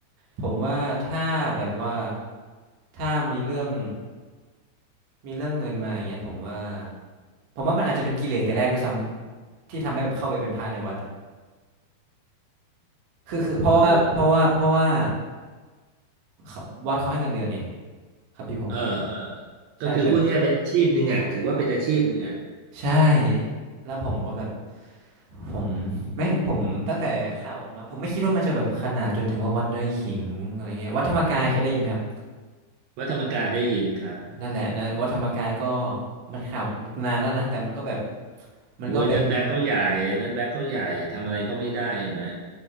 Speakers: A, on the right; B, on the right.
A: ผมว่าถ้าแบบว่า ถ้ามีเรื่องมีเรื่องเงินมาอย่างเงี้ยผมว่าผมว่ามันอาจจะเป็นกิเลสแต่แรกด้วยซ้ำที่ทำให้แบบเข้าไปเป็นพระในวัดอะคือคือเพราะว่าเพราะว่าเพราะว่า
B: อ๋อเหรอ
A: เขาวัดเขาให้เงินเดือนไงครับพี่พงษ์
B: เออเออก็คือพูดง่ายๆเป็นอาชีพหนึ่งอ่ะถือว่าเป็นอาชีพหนึ่งอ่ะ
A: ใช่แบบใช่แล้วผมก็แบบผมไม่ผมตั้งแต่ข่าวออกมาผมไม่คิดว่ามันจะแบบขนาดจนถึงว่าวัดไร่ขิงอะไรเงี้ยวัดธรรมกายเคยได้ยินไหมครับ
B: วัดธรรมกายได้ยินครับ
A: นั่นแหละนะวัดธรรมกายก็มันข่าวนานแล้วนะแต่มันก็แบบมันก็เป็น
B: โอ้ยนั่นแบ็คเขาใหญ่อันนั่นแบ็คเขาใหญ่ทำอะไรเขาไม่ได้เห็นไหม